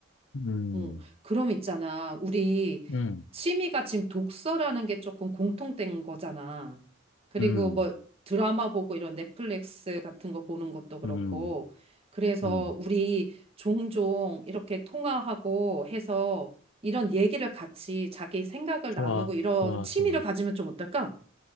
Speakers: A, on the left; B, on the right.
A: 음,
B: 어, 그럼 있잖아. 우리
A: 음,
B: 취미가 지금 독서라는 게 조금 공통된 거잖아. 그리고
A: 음,
B: 뭐 드라마 보고 이런 넷플릭스 같은 거 보는 것도 그렇고.
A: 음,
B: 그래서
A: 음.
B: 우리 종종 이렇게 통화하고 해서 이런 얘기를 같이 자기 생각을
A: 좋아,
B: 나누고 이런
A: 좋아,
B: 취미를
A: 좋아,
B: 가지면 좀 어떨까?